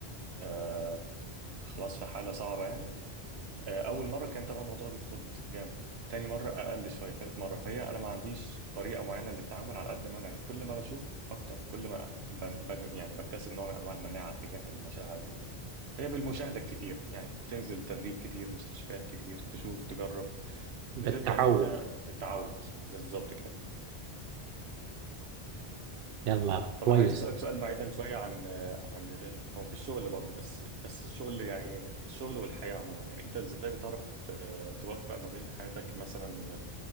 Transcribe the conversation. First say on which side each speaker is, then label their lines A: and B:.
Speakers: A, on the right (about 85°); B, on the right (about 65°).
A: آه خلاص في حالة صعبة يعني آه اول مرة كان طبعا الموضوع بيتخض جامد تاني مرة اقل شوية تالت مرة فهي انا ما عنديش طريقة معينة للتعامل على قد ما انا كل ما بشوف اكتر كل ما ب... ب... يعني بكتسب نوع من انواع المناعة تجاه المشاعر دي يعني. هي بالمشاهدة الكتير يعني تنزل تدريب كتير مستشفيات كتير تشوف تجرب
B: بالتعود
A: بتبدأ إن أنت تتعود بالظبط كده
B: يلا
A: طب
B: كويس
A: أنا عايز أسألك سؤال بعيدا شوية عن عن ال- هو في الشغل برضه بس بس الشغل يعني الشغل والحياة عموما يعني أنت إزاي بتعرف ت- توفق ما بين حياتك مثلا